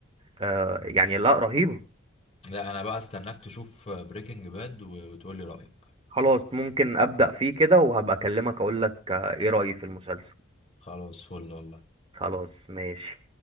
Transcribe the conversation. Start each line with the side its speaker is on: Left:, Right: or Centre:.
Right: آه يعني لا رهيبة
Left: لا انا بقى استناك تشوف بريكنج باد وتقول لي رأيك
Right: خلاص ممكن أبدأ فيه كده وهبقى أكلمك أقولك آه إيه رأيي في المسلسل
Left: خلاص فل والله
Right: خلاص ماشي